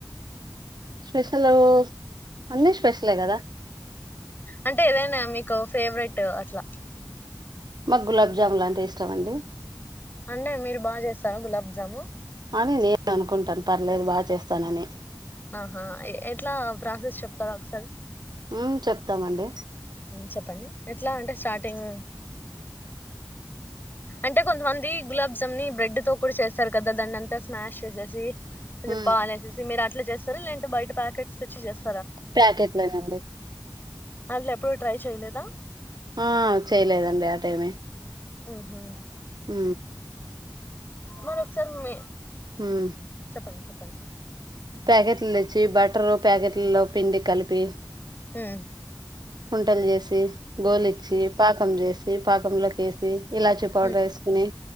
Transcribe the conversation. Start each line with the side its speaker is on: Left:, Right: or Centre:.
Right: స్పెషల్ అన్నీ స్పెషలే కదా
Left: అంటే ఏదైనా మీకు ఫేవరెట్ అట్లా
Right: మాకు గులాబ్ జామ్లు లాంటే ఇష్టం అండి
Left: అంటే మీరు బాగా చేస్తారు గులాబ్ జాము
Right: అని నేను అనుకుంటాను పర్లేదు బా చేస్తానని
Left: ఆహా ఎట్లా ప్రాసెస్ చెప్తార ఒకసారి
Right: ఉమ్ చెప్తామండి
Left: చెప్పండి ఎట్లా అంటే స్టార్టింగ్ అంటే కొంతమంది గులాబ్ జామ్ని బ్రెడ్ తో కూడా చేస్తారు కదా దాన్ని అంతా స్మాష్ చేసేసి కొంచెం
Right: ఉమ్
Left: పాలు ఎసేసి మీరు అట్లా చేస్తార లేంటే బయట ప్యాకెట్స్ తెచ్చి చేస్తార
Right: ప్యాకెట్లనండి
Left: అసలు ఎప్పుడు ట్రై చేయలేదా
Right: ఆ చేయలేదండి ఆ టైమే
Left: ఉహు
Right: ఉ
Left: మరోకసారి మీ
Right: ఉమ్
Left: చెప్పండి చెప్పండి
Right: ప్యాకెట్లు తెచ్చి బటర్ ప్యాకెట్లలో పిండి కలిపి
Left: ఉహ్
Right: కుంటలు చేసి గోలిచ్చి పాకం చేసి పాకంలోకి వేసి ఇలాచీ పౌడర్
Left: హ్మ్
Right: వేసుకుని